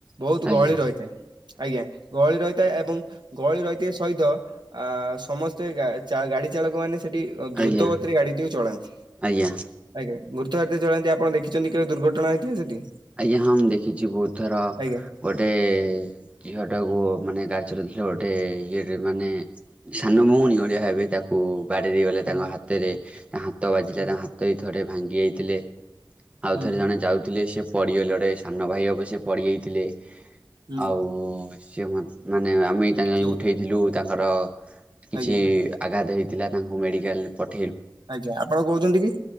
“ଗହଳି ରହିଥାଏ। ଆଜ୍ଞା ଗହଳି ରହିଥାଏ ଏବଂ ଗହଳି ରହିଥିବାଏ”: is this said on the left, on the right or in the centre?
Right